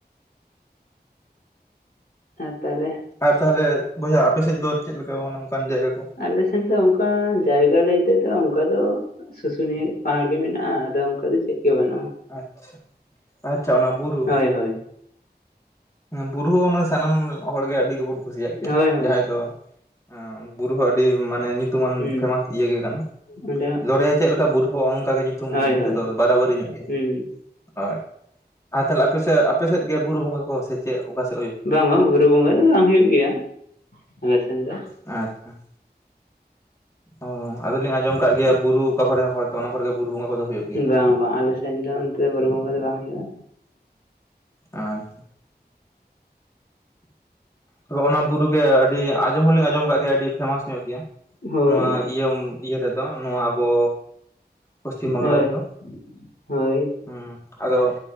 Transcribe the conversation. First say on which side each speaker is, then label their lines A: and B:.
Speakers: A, on the left; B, on the left.
A: ᱦᱮᱸ ᱛᱟᱦᱞᱮ
B: ᱟᱨ ᱛᱟᱦᱞᱮ ᱵᱚᱭᱦᱟ ᱟᱯᱮ ᱥᱮᱫ ᱫᱚ ᱪᱮᱫ ᱞᱮᱠᱟ ᱚᱱᱠᱟᱱ ᱡᱟᱭᱜᱟ ᱠᱚ?
A: ᱟᱞᱮ ᱥᱮᱱ ᱫᱚ ᱚᱱᱠᱟ ᱡᱟᱭᱜᱟ ᱞᱟᱹᱭ ᱛᱮᱫᱚ ᱚᱱᱠᱟ ᱫᱚ ᱥᱩᱥᱩᱱᱤᱭᱟᱹ ᱯᱟᱦᱟᱲ ᱜᱮ ᱢᱮᱱᱟᱜᱼᱟ ᱟᱫᱚ ᱚᱱᱠᱟ ᱫᱚ ᱪᱮᱫ ᱜᱮ ᱵᱟᱹᱱᱩᱜᱼᱟ᱾
B: ᱟᱪᱪᱷᱟ ᱟᱪᱪᱷᱟ ᱚᱱᱟ ᱵᱩᱨᱩ?
A: ᱦᱳᱭ ᱦᱳᱭ
B: ᱵᱩᱨᱩ ᱦᱚᱸ ᱚᱱᱟ ᱥᱟᱱᱟᱢ ᱦᱚᱲ ᱜᱮ ᱟᱹᱰᱤ ᱜᱮᱵᱚᱱ ᱠᱩᱥᱤᱭᱟᱜ ᱜᱮᱭᱟ,
A: ᱦᱳᱭ ᱦᱳᱭ
B: ᱡᱟᱦᱟᱭ ᱫᱚ ᱟᱸ ᱵᱩᱨᱩ ᱦᱚᱸ ᱟᱹᱰᱤ ᱢᱟᱱᱮ ᱧᱩᱛᱩᱢᱟᱱ
A: ᱦᱩᱸ
B: ᱯᱷᱮᱢᱟᱥ ᱤᱭᱟᱹ ᱜᱮ ᱠᱟᱱᱟ
A: ᱚᱸᱰᱮ ᱦᱚᱸ
B: ᱫᱚᱨᱭᱟ ᱪᱮᱫ ᱵᱩᱨᱩ ᱦᱚᱸ ᱚᱱᱠᱟ ᱜᱮ ᱧᱩᱛᱩᱢ
A: ᱦᱳᱭ ᱦᱳᱭ
B: ᱛᱮᱫᱚ ᱵᱟᱨᱟ ᱵᱟᱹᱨᱤ ᱧᱚᱜ ᱜᱮ᱾
A: ᱦᱩᱸ
B: ᱦᱳᱭ ᱟᱨ ᱛᱟᱦᱞᱮ ᱟᱯᱮ ᱥᱮᱫ ᱟᱯᱮ ᱥᱮᱫ ᱜᱮ ᱵᱩᱨᱩ ᱵᱚᱸᱜᱟ ᱠᱚ ᱥᱮ ᱪᱮ ᱚᱠᱟ ᱥᱮᱫ?
A: ᱵᱟᱝ ᱵᱟᱝ ᱵᱩᱨᱩ ᱵᱚᱸᱜᱟ ᱫᱚ ᱵᱟᱝ ᱦᱩᱭᱩᱜ ᱜᱮᱭᱟ ᱟᱞᱮ ᱥᱮᱱ ᱫᱚ᱾
B: ᱟᱪᱪᱷᱟ ᱚ ᱟᱫᱚᱞᱤᱧ ᱟᱸᱡᱚᱢ ᱠᱟᱜ ᱜᱮᱭᱟ ᱵᱩᱨᱩ ᱚᱠᱟ ᱠᱚᱨᱮ ᱦᱚᱭᱛᱚ ᱚᱱᱟ ᱠᱚᱨᱮ ᱜᱮ ᱵᱩᱨᱩ ᱵᱚᱸᱜᱟ ᱠᱚᱫᱚ ᱦᱳᱭᱳᱜ
A: ᱵᱟᱝ ᱵᱟᱝ ᱟᱞᱮ ᱥᱮᱱ ᱫᱚ ᱚᱱᱛᱮ ᱵᱩᱨᱩ ᱵᱚᱸᱜᱟ ᱫᱚ ᱵᱟᱝ ᱦᱩᱭᱩᱜᱼᱟ᱾
B: ᱟᱪᱪᱷᱟ ᱟᱫᱚ ᱚᱱᱟ ᱵᱩᱨᱩ ᱜᱮ ᱟᱹᱰᱤ ᱟᱸᱡᱚᱢ ᱦᱚᱸᱞᱤᱧ ᱟᱸᱡᱚᱢ ᱠᱟᱜ ᱜᱮᱭᱟ ᱟᱹᱰᱤ ᱯᱷᱮᱢᱟᱥ ᱧᱚᱜ ᱜᱮᱭᱟ
A: ᱦᱳᱭ
B: ᱱᱚᱣᱟ ᱤᱭᱟᱹ ᱤᱭᱟᱹ ᱨᱮᱫᱚ ᱱᱚᱣᱟ ᱟᱵᱚ ᱯᱚᱪᱷᱤᱢ ᱵᱟᱝᱞᱟ
A: ᱦᱳᱭ
B: ᱨᱮᱫᱚ᱾
A: ᱦᱳᱭ
B: ᱦᱩᱸ ᱟᱫᱚ